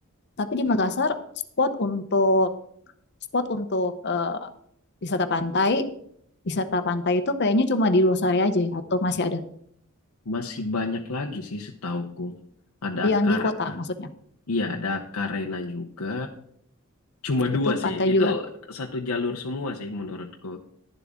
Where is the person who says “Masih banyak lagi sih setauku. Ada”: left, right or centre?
Left